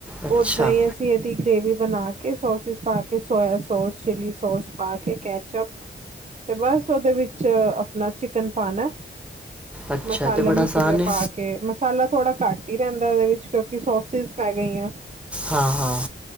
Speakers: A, in the centre; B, on the right (about 35°).
A: ਅੱਛਾ
B: ਓਦਾਂ ਹੀ ਅਸੀਂ। ਇਦੀ ਗ੍ਰੇਵੀ ਬਣਾ ਕੇ ਸੋਸਿਸ ਪਾ ਕੇ ਸੋਇਆ ਸੋਸ ਚਿਲੀ ਸੋਸ ਪਾ ਕੇ ਕੈਚਪ। ਤੇ ਬਸ ਉਹਦੇ ਵਿੱਚ ਆਪਣਾ ਚਿਕਨ ਪਾਣਾ
A: ਅੱਛਾ
B: ਮਸਾਲੇ
A: ਤੇ ਬੜਾ
B: ਮਸੂਲੇ
A: ਆਸਾਨ ਹੈ
B: ਪਾ। ਕੇ ਮਸਾਲਾ ਥੋੜਾ ਘੱਟ ਹੀ ਰਹਿੰਦਾ ਇਹਦੇ ਵਿੱਚ ਕਿਉਂਕਿ ਸੋਸਿਸ ਪੈ ਗਈਆਂ।
A: ਹਾਂ ਹਾਂ